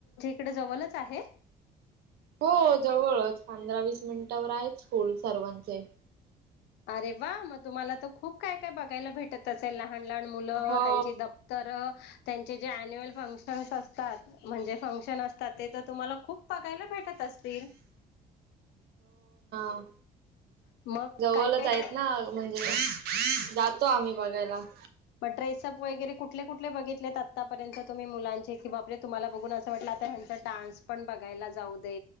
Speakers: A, on the left; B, on the right.
A: तड जवलच आहे
B: हो जवळच, पंधरा वीस मिनिटावर आहेत स्कूल सर्वांचे.
A: अरे वा म तुम्हाला त खूप काय काय बघायला भेटत असेल ना. लहान लहान मुलं
B: हो
A: त्यांची दप्तर त्यान जे-जे अन्युअल फंक्शन असतात म्हणजे. फंक्शन असतात ते तर तुम्हाला खूप पघायला भेटत असतील.
B: आ
A: मग
B: जवलच
A: काय काय ट्रे
B: आहेत ना म्हणजे जातो आम्ही बघायला. <inaudible>
A: पड्रेसप वगैरे कुटले कु कुटले बघितलेत आतापर्यंत तुम्ही मुलांचे कि बापरे तुम्हाला बघून असं वाटलं आता ह्यांचा डान्स पण बघायला जाऊ दे,